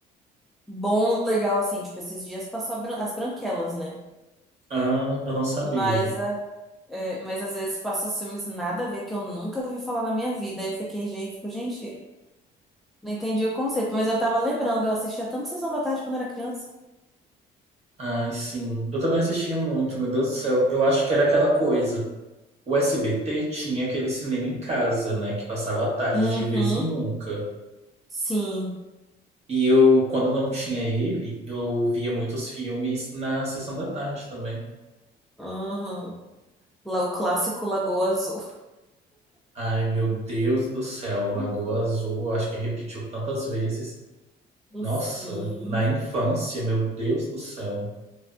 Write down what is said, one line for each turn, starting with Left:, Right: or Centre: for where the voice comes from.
Centre: bom, legal, assim. Tipo, esses dias passou a Bran- As Branquelas, né?
Right: Ah, eu não sabia.
Centre: Mas, é, é, mas às vezes passam os filmes nada a ver que eu nunca vi falar na minha vida. Aí eu fiquei, gente, fico, gente. Não entendi o conceito, mas eu tava lembrando, eu assistia tanto Sessão da Tarde quando era criança.
Right: Ai, sim. Eu também assistia muito, meu Deus do céu. Eu acho que era aquela coisa. O SBT tinha aquele cinema em casa, né? Que passava a tarde
Centre: Uhum,
Right: de vez em nunca.
Centre: sim.
Right: E eu, quando não tinha ele, eu via muitos filmes na sessão da tarde também.
Centre: Uhum. Lá o clássico Lagoa Azul.
Right: Ai, meu Deus do céu.
Centre: <laughs>
Right: Lagoa Azul, eu acho que repetiu tantas vezes. Nossa,
Centre: Sim,
Right: na infância, meu Deus do céu.